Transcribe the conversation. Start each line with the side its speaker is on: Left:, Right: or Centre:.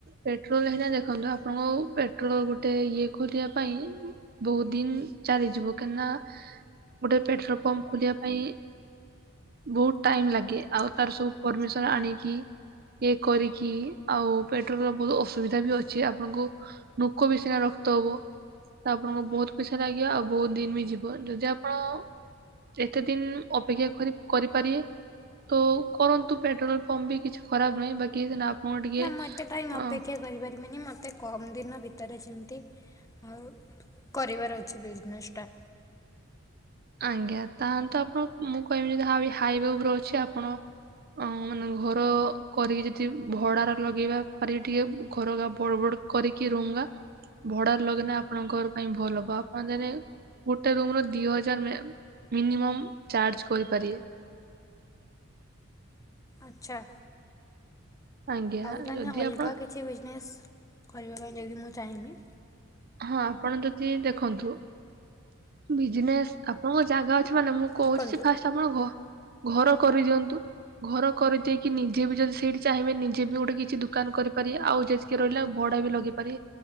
Right: ପେଟ୍ରୋଲ ହେଇଟା ଦେଖନ୍ତୁ। ଆପଣଙ୍କ ପେଟ୍ରୋଲ ଗୋଟେ ଇଏ ଖୋଲିବା ପାଇଁ ବହୁତ ଦିନ ଚାଲିଯିବ କାହିଁନା ଗୋଟେ ପେଟ୍ରୋଲ ପମ୍ପ ଖୋଲିବା ପାଇଁ ବହୁତ ଟାଇମ ଲାଗେ ଆଉ ତାର ସବୁ ପରମିସନ ଆଣିକି ଇଏ କରି କି ଆଉ ପେଟ୍ରୋଲର ବହୁତ ଅସୁବିଧା ବି ଅଛି ଆପଣଙ୍କୁ ନୋକ ବି ସିନା ରକ୍ତ ହବ। ତ ଆପଣଙ୍କୁ ବହୁତ ପଇସା ଲାଗିବ ଆଉ ବହୁତ ଦିନ ବି ଯିବ ଯଦି ଆପଣ ଏତେ ଦିନ ଅପେକ୍ଷା କରି- କରିପାରିବେ। ତ କରନ୍ତୁ ପେଟ୍ରୋଲ ପମ୍ପ ବି କିଛି ଖରାପ ନୁହିଁ ବାକି ଆପଣ ଟିକେ
Left: ନା ମୁଁ ଏତେ ଟାଇମ୍ ଅପେକ୍ଷା
Right: ଅ
Left: କରିପାରିବିନି ମତେ କମ ଦିନ ଭିତରେ ଯେମିତି ମୁଁ କରିବାର ଅଛି ବିଜନେସ୍ ଟା।
Right: ଆଜ୍ଞା ତାହେଲେ ଆପଣ ମୁଁ କହିବି ଯଦି ହାଇୱେ ଉପରେ ଅଛି ଆପଣ ଆ ମାନେ ଘର କରିକି ଯଦି ଭଡ଼ାରେ ଲଗେଇବା ପାରିବେ ଟିକେ ଘରା ବଡ଼ ବଡ଼ କରେକ ରହୁଙ୍ଗ। ଭଡା ଲଗେନା ଆପଣଙ୍କର ପାଇଁ ଭଲ ହବ ଆପଣ ଜେ ଗୋଟେ ରୁମ ର ଦି ହଜାର ମିନିମ ଚାର୍ଜ କରିପାରିବେ।
Left: ଆଛା।
Right: ଆଜ୍ଞା
Left: ଆଉ ତାହାନେ
Right: ଯଦି
Left: ଅଲଗା
Right: ଆପଣ
Left: କିଛି ବିଜନେସ୍ କରିବା ପାଇଁ ଯଦି ମୁଁ ଚାହିଁବି।
Right: ହଁ ଆପଣ ଯଦି ଦେଖନ୍ତୁ ବିଜନେସ୍ ଆପଣଙ୍କ ଜାଗା ଅଛି ମାନେ ମୁଁ କହୁଛି
Left: ଦେଖନ୍ତୁ
Right: ଫା ଆପଣ ଘ ଘର କରିଦିଅନ୍ତୁ ଘର କରିଦେଇକି ନିଜେ ବି ଯଦି ସେଇଠି ଚାହିଁବେ ନିଜେ ବି ଗୋଟେ କିଛି ଦୋକାନ କରିାରି ଆଉ ଯେରହିଲେ ଭଡା ବି ଲଗି ପାରି